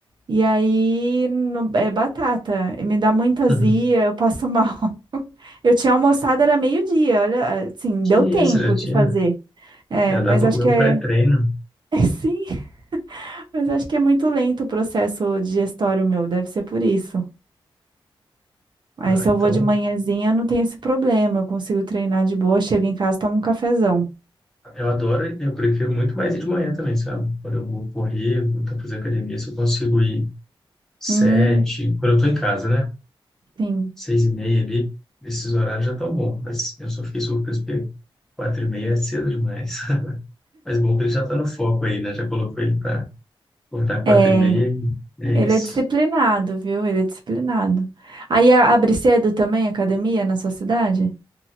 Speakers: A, on the right; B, in the centre.
A: E aí no- é batata, me dá muita azia,
B: Uhum.
A: eu passo mal. <laughs> Eu tinha almoçado, era meio-dia, olha, assim,
B: Que
A: deu tempo
B: isso, já tinha,
A: de fazer. É,
B: já
A: mas
B: dá pra
A: acho
B: comer
A: que
B: o
A: é.
B: pré-treino.
A: <laughs> É sim. Mas acho que é muito lento o processo digestório meu, deve ser por isso. Aí
B: Ah,
A: se
B: então,
A: eu vou de manhãzinha, eu não tenho esse problema, eu consigo treinar de boa, chego em casa, tomo um cafezão.
B: eu adoro, e eu prefiro muito mais ir de manhã também, sabe? Quando eu vou correr, vou tentar fazer academia, se eu consigo ir sete,
A: Hum,
B: quando eu tô em casa, né?
A: sim.
B: Seis e meia ali, esses horários já estão bons, mas eu só fiquei surpreso porque quatro e meia é cedo demais. <laughs> Mas bom que ele já tá no foco aí, né? Já colocou ele pra acordar quatro
A: É,
B: e meia e é
A: ele
B: isso.
A: é disciplinado, viu? Ele é disciplinado. Aí a- abre cedo também, a academia, na sua cidade?